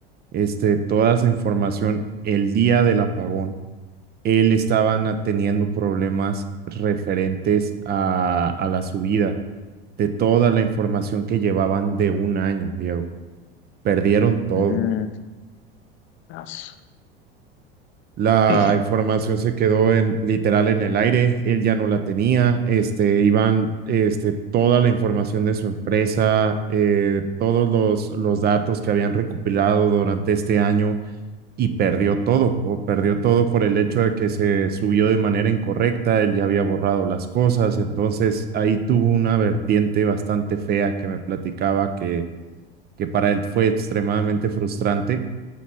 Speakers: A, on the right; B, on the left.
A: este, toda esa información, el día del apagón, él estaban ah, teniendo problemas referentes a, a la subida de toda la información que llevaban de un año, Diego. Perdieron todo.
B: Mm, as-
A: La
B: sí,
A: información se quedó en literal en el aire, él ya no la tenía, este, iban, este, toda la información de su empresa, eh, todos los, los datos que habían recopilado durante este año, y perdió todo, o perdió todo por el hecho de que se subió de manera incorrecta, él ya había borrado las cosas, entonces ahí tuvo una vertiente bastante fea que me platicaba que, que para él fue extremadamente frustrante,